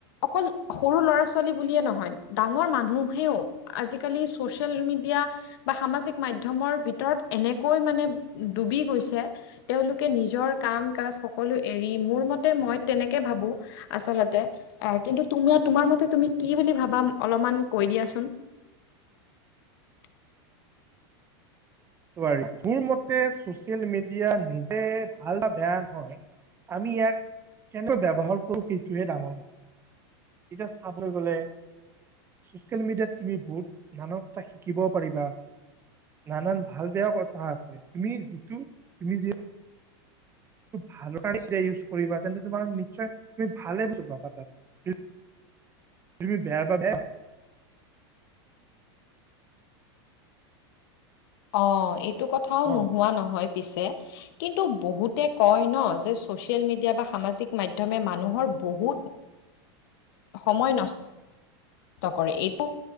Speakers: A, on the left; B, on the right.
A: অকল সৰু ল'ৰা ছোৱালী বুলিয়ে নহয় ডাঙৰ মানুহেও আজিকালি চচিয়েল মিডিয়া বা সামাজিক মাধ্যমৰ ভিতৰত এনেকৈ মানে ডুবি গৈছে তেওঁলোকে নিজৰ কাম কাজ সকলো এৰি মোৰ মতে মই তেনেকে ভাবো আচলতে এ কিন্তু তুমি তোমাৰ মতে তুমি কি বুলি ভাবা অলপমান কৈ দিয়াচোন। <unintelligible>
B: মোৰ মতে চচিয়েল মিডিয়া নিজে ভাল বা বেয়া নহয়। আমি ইয়াক কেনকৈ ব্যৱহাৰ কৰোঁ সেইটহে ডাঙৰ। এতিয়া চাবলৈ গলে ছচিয়েল মিডিয়াত তুমি বহুত নানা কথা শিকিব পাৰিবা নানান। ভাল বেয়া কথা আছে তুমি যিটো তুমি যি ভাল কাৰণে ইউজ কৰিবা তেন্তে তোমাৰ নিশ্চয় তুমি ভালে বুজা তাত। তুমি বেয়া বা বেয়া
A: অ এইটো কথাও
B: ন
A: নোহোৱা নহয় পিছে। কিন্তু বহুতে কয় ন যে ছচিয়েল মিডিয়া বা সামাজিক মাধ্যমে মানুহৰ বহুত। সময় নষ্ট। কৰে এইটো